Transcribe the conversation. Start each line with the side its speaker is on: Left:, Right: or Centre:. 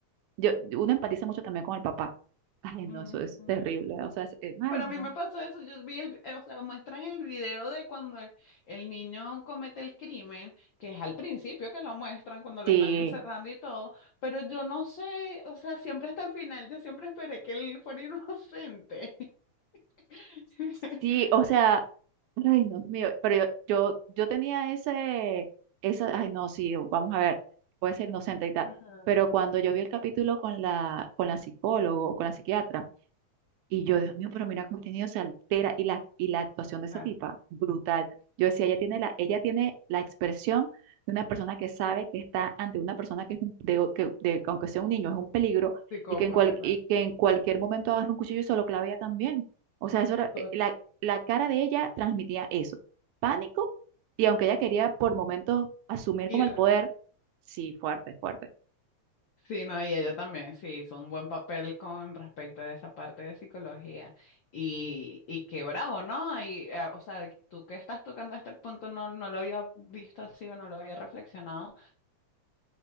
Right: yo, uno empatiza mucho también con el papá. Ay,
Left: Mm,
Right: no, eso es terrible. O sea, es- eh, ay,
Left: Pero a
Right: no.
Left: mí me pasó eso, yo vi el, eh, o sea, muestran el video de cuando el, el niño comete el crimen, que es al principio que lo muestran cuando lo
Right: Sí.
Left: están encerrando y todo, pero yo no sé, o sea, siempre hasta el final, yo siempre esperé que él fuera inocente. <laughs>
Right: Sí, o sea, ay, Dios mío, pero yo, yo, yo tenía ese, esa, ay, no, sí, vamos a ver, puede ser inocente y tal,
Left: Ajá.
Right: pero cuando yo vi el capítulo con la, con la psicólogo, con la psiquiatra, y yo, Dios mío, pero mira cómo el contenido se altera y la, y la actuación de esa
Left: Ah,
Right: tipa, brutal. Yo decía,
Left: sí.
Right: ella tiene la, ella tiene la expresión de una persona que sabe que está ante una persona que, es un- de, o- que de- que aunque sea un niño, es un peligro
Left: Psicópata,
Right: y que en, cual,
Left: claro.
Right: y que en cualquier momento agarra un cuchillo y se lo clava ella también. O sea, eso era- eh,
Left: Tot-
Right: la, la cara de ella transmitía eso, pánico y aunque ella quería por momentos asumir
Left: Ir.
Right: como el poder, sí, fuerte, fuerte.
Left: Sí, no, y ella también, sí, hizo un buen papel con respecto a esa parte de psicología. Y, y qué bravo, ¿no? Y, eh, o sea, tú que estás tocando este punto, no, no lo había visto así o no lo había reflexionado